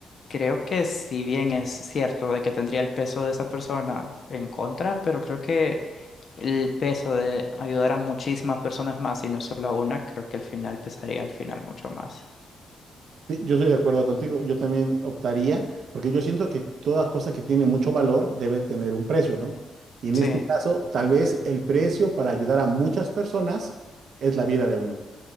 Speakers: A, on the left (about 40°); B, on the right (about 60°).
A: creo que si bien es cierto de que tendría el peso de esa persona en contra, pero creo que el peso de ayudar a muchísimas personas más y no solo a una, creo que al final pesaría al final mucho más.
B: Sí, yo estoy de acuerdo contigo. Yo también optaría, porque yo siento que toda cosa que tiene mucho valor debe tener un precio, ¿no? Y en
A: Sí,
B: este caso, tal vez el precio para ayudar a muchas personas es la vida de uno